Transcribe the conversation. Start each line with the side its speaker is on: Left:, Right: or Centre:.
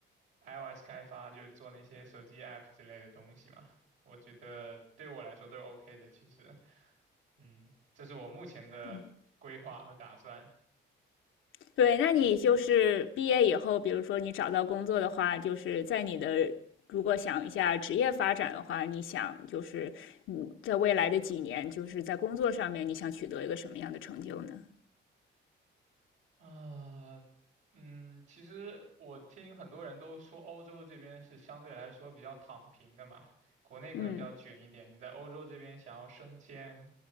Right: iOS 开发，就是做那些手机 app 之类的东西嘛。我觉得对我来说都是 OK 的，其实，嗯，这是我目前的规划和打算。
Left: 嗯对，那你就是毕业以后，比如说你找到工作的话，就是在你的如果想一下职业发展的话，你想就是你在未来的几年，就是在工作上面，你想取得一个什么样的成就呢？
Right: 啊，嗯，其实我听很多人都说欧洲这边是相对来说比较躺平的嘛，国内可能比较卷一点。
Left: 嗯，
Right: 你在欧洲这边想要升迁，